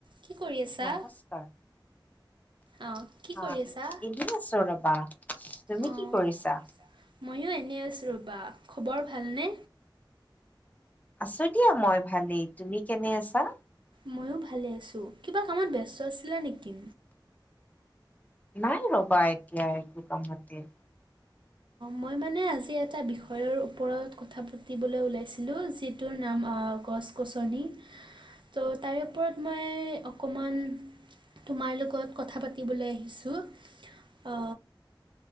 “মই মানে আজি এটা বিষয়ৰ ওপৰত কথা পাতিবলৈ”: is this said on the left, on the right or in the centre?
Right